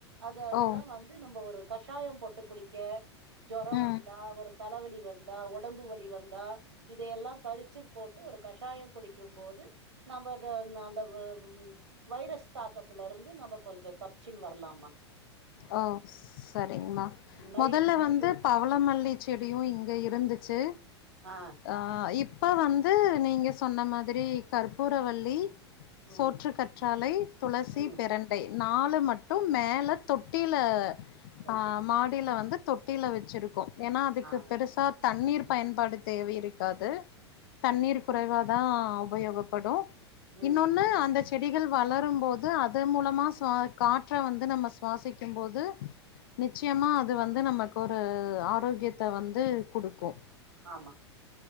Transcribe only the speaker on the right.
அது அதெல்லா
வந் து நம்ப ஒரு கஷாயோ போட்டு குடிக்க ஜொரொ
வந்தா ஒரு தலவலி வந்தா ஒட ஒடம்பு வலி வந்தா இதையெல்லா பறிச்சு போட்டு ஒரு கஷாயோ குடிக்குபோது நம்ப ட ந அந்த வ ம் வைரஸ் தாக்கத்துலருந்து நம்ப கொஞ்சோ தப்பிச்சின் வரலாம்மா
அது மாரி
ஆ
ம்
ம்
வச்சிருக்கே
ஆ
ம்
ஆமா